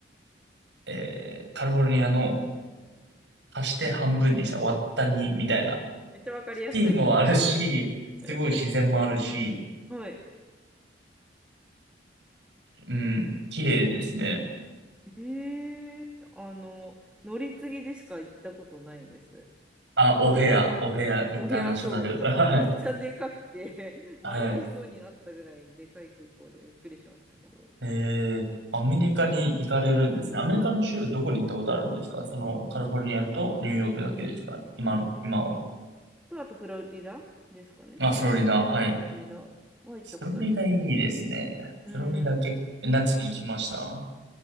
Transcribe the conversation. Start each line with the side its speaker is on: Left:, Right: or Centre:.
Right: えーカリフォルニアの足して半分にした割った2みたいな。
Centre: うんめっちゃわかりやすい。
Right: シティもあるし、すごい自然もあるし、
Centre: <laughs> はい。
Right: うん、綺麗ですね。
Centre: ええあの、乗り継ぎでしか行ったことないです。
Right: あ、オヘア、オヘアインターナショナル。
Centre: お部屋そう、なんかめっちゃでかくて
Right: <laughs> はい。
Centre: <laughs> 迷いそうになったぐらいでかい空港でびっくりしましたけど。
Right: はい。えー、
Centre: うん
Right: アメリカに行かれるんですね。アメリカの州どこに行ったことあるんですかそのカリフォルニアとニューヨークだけですか今の、
Centre: ニューヨークと、
Right: 今は。
Centre: あとフロリダですかね。
Right: あ、フロリダ、
Centre: はいフロリダは行ったことあります。
Right: はい。フロリダいいですね。
Centre: うんうん。
Right: フロリダ結構、夏に行きました